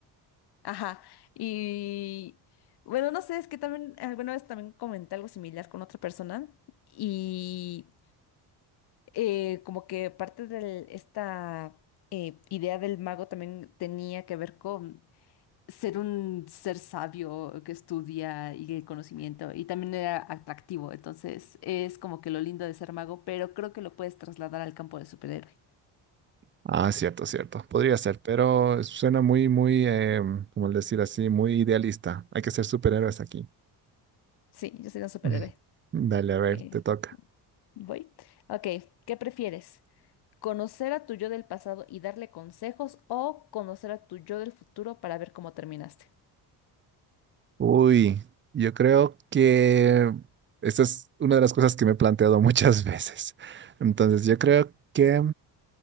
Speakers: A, on the left; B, on the right.
A: Ajá, y bueno, no sé, es que también alguna vez también comenté algo similar con otra persona y eh, como que parte de esta eh, idea del mago también tenía que ver con ser un ser sabio que estudia y el conocimiento y también era atractivo, entonces es como que lo lindo de ser mago, pero creo que lo puedes trasladar al campo de superhéroe.
B: Ah, cierto, cierto. Podría ser, pero suena muy, muy, em, como decir así, muy idealista. Hay que ser superhéroes aquí.
A: Sí, yo soy un superhéroe.
B: <laughs> Dale, a ver,
A: Eh,
B: te toca.
A: voy. Ok, ¿qué prefieres? conocer a tu yo del pasado y darle consejos o conocer a tu yo del futuro para ver cómo terminaste.
B: Uy, yo creo que esta es una de las cosas que me he planteado <laughs> muchas veces. Entonces, yo creo que